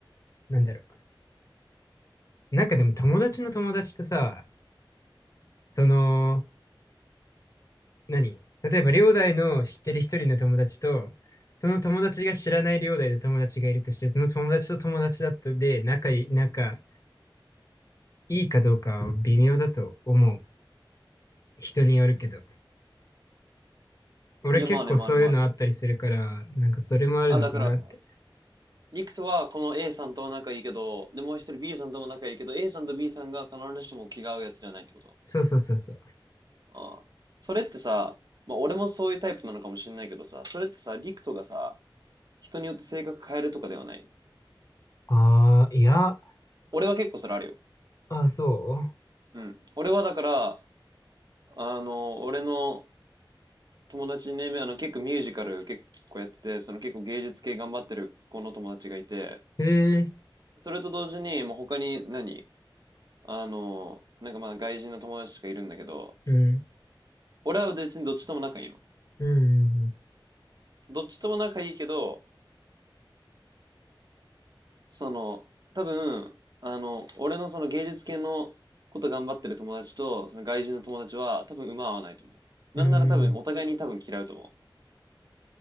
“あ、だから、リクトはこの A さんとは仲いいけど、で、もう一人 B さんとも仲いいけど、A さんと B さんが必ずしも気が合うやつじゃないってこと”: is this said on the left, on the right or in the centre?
Right